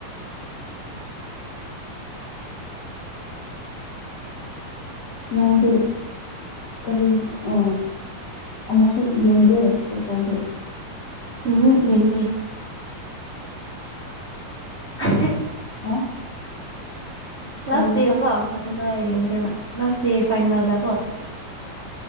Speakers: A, on the left; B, on the right.
A: ꯅꯝꯗꯨ ꯀꯔꯤꯑ ꯑꯃꯁꯨ ꯌꯦꯟꯗꯦ ꯐꯨꯠꯕꯣꯜꯗꯣ
B: ꯎꯝ ꯌꯦꯡꯗꯦ <unintelligible>
A: ꯑ
B: ꯂꯥꯁ
A: ꯀꯔꯤꯕ
B: ꯗꯦ ꯀꯣ ꯃꯊꯛꯗ ꯌꯦꯡꯒꯦꯕ ꯂꯥꯁ ꯗꯦ ꯐꯥꯏꯅꯜꯗ ꯀꯣ